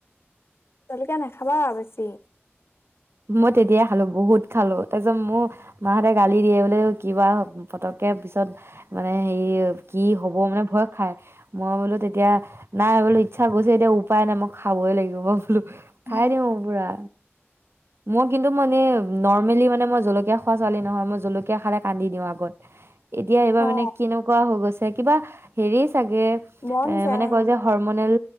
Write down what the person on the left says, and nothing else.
জলকীয়া নাখাবা আৰু বেছি।
উম
অ
মন
যায়
অ